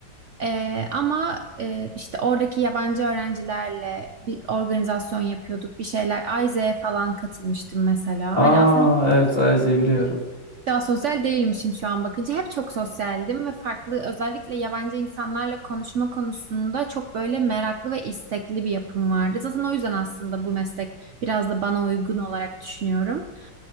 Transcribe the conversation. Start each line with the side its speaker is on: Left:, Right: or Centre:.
Right: Ee, ama e, işte oradaki yabancı öğrencilerle bir organizasyon yapıyorduk, bir şeyler. Ayze'ye falan katılmıştım mesela.
Left: Aa
Right: Hani aslında hiç
Left: evet Ayze'yi biliyorum.
Right: daha sosyal değilmişim şu an bakınca. Hep çok sosyaldim ve farklı özellikle yabancı insanlarla konuşma konusunda çok böyle meraklı ve istekli bir yapım vardı. Zaten o yüzden aslında bu meslek biraz da bana uygun olarak düşünüyorum.